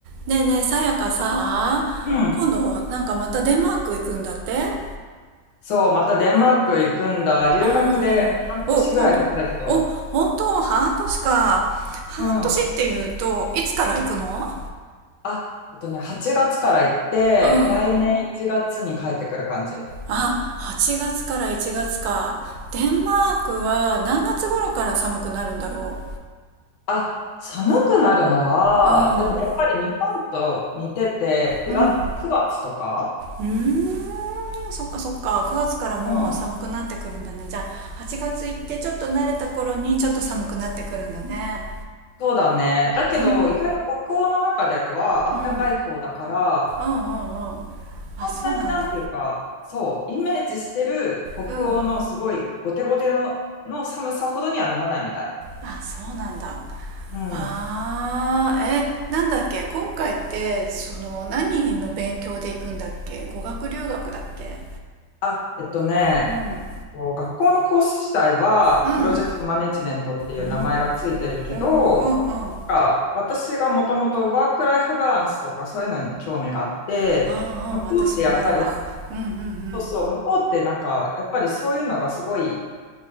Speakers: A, on the right; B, on the left.
A: ねえねえ、さやかさ、
B: うん。
A: 今度、なんかまたデンマーク行くんだってあ
B: そう、またデンマーク行くんだ。留学で半年ぐらいだけだけど。
A: あー、お、今度。お、本当、半年か。半年っていうと、
B: うん。
A: いつから行くの
B: あ、えっとね、8月から行って、
A: うん。あ、
B: 来年1月に帰ってくる感じ。
A: 8月から1月か。デンマークは何月頃から寒くなるんだろ
B: あ、寒くなるのは、
A: う。うん。
B: でもやっぱり日本と似てて、
A: うん。
B: 9月、
A: うん。
B: 9月とか
A: うーん、そっかそっか。9月からもう寒くなってくるんだね。
B: うん。
A: じゃあ、8月行ってちょっと慣れた頃にちょっと寒くなってくるんだね。
B: そうだね。だけど、
A: うんうん
B: 意外と北欧の中では暖かい方だから、
A: うんうんうんあそうなんだ
B: そんなになんていうか、そう、イメージしてる北欧のすごいゴテゴテの、
A: うん
B: の寒さほどにはならないみたい。
A: あそうなんだ
B: うん。
A: あーえなんだっけ今回ってその何の勉強で行くんだっけ語学留学だっけ
B: あ、えっとね、
A: うん
B: えっと学校のコース自体は、
A: うん
B: プロジェクトマネジメントっていう名前がついてるけど、
A: うんおーうんうん
B: が私がもともとワークライフバランスとかそういうのに興味があって、
A: あーうん私もあるわうんうんうん
B: 向こうってやっぱり、そうそう、向こうってなんか、やっぱりそういうのがすごい